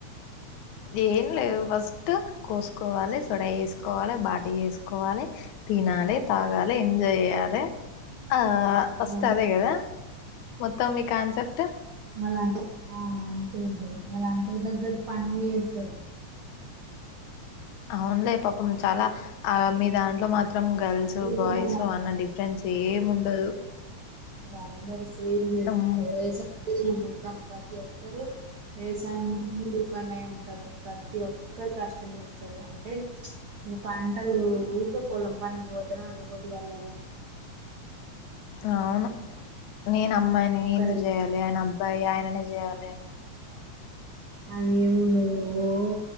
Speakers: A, on the left (about 80°); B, on the right (about 65°).
A: ఏం లేదు ఫస్ట్ కోసుకోవాలి సొడా వేసుకోవాలి బాటి వసుకోవాలి తినాలి తాగాలి ఎంజాయ్ చేయాలి ఆ ఫస్ట్
B: ఆ
A: అదే కదా మొత్తం మీ కాన్సెప్ట్
B: మళ్ళీ అంత ఆ అంతే ఉండదు మళ్ళీ అంతకు తగ్గట్ పంగడి చేస్తారు
A: అవునులే పాపం చాలా ఆ మీ దాంట్లో మాత్ర మాత్రం గర్ల్స్
B: మీదనే
A: బాయ్స్ అన్న డిఫరెంట్స్ సేమ్ ఉండదు
B: అద అందరు స్వీ చేసాంట
A: అమ్మో
B: ఇ మత్తం ప్రతి ఒ వవసయం పండయ ఉంటారు ప్రతి ఒక్కరు కష్టం చేస్తారు అంటే పంటలు ఊకే పొలం పండగ పోతే పొద్దుగాళ్ళ
A: అవును నేను అమ్మాయిని
B: ఒక్కని
A: ఎందుకు చేయాలి అయన అబ్బాయి అయిననే చేయాలే
B: అది ఏముండదు ఓ